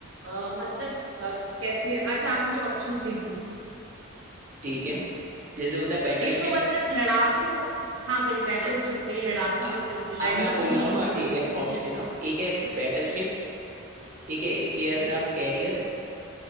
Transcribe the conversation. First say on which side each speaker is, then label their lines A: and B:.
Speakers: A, on the right; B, on the right.
A: अ, मतलब अ, कैसे अच्छा आप मुझे ऑप्शंस दीजिए
B: ठीक है जैसे होता है बैटल
A: ये तो
B: शिप
A: मतलब लड़ाकू हाँ वही बैटल
B: आ,
A: शिप वही लड़ाकू
B: आ,
A: मतलब
B: अब
A: लड़ने
B: मैं
A: के
B: बोल
A: लिए
B: रहा हूँ
A: इसको
B: हाँ ठीक है
A: यूज
B: ऑप्शन देता हूँ एक है बैटल शिप एक है एयरक्राफ्ट
A: की
B: कैरियर